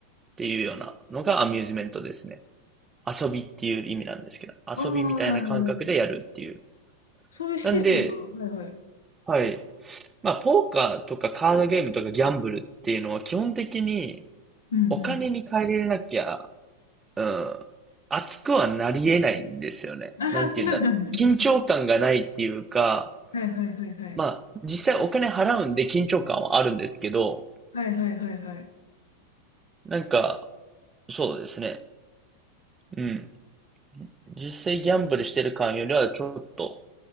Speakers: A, on the right; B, on the left.
A: っていうようなのがアミューズメントですね。遊びっていう意味なんですけど、遊びみたいな感覚でやるっていう。
B: ああ、はいはいはい。そういう施設が、
A: なんで、
B: はいはい。
A: はい。まあ、ポーカーとかカードゲームとかギャンブルっていうのは基本的に
B: うんうん。
A: お金に換えれなきゃ、うん、熱くはなり得ないんですよね。
B: ああ、
A: なんて言うんだろう。
B: そうなんですね。
A: 緊張感がないっていうか、
B: はいはいはいはい。
A: まあ、実際お金払うんで緊張感はあるんですけど、
B: はいはいはいはい。
A: なんか、そうですね。うん。実際ギャンブルしてる感よりはちょっと、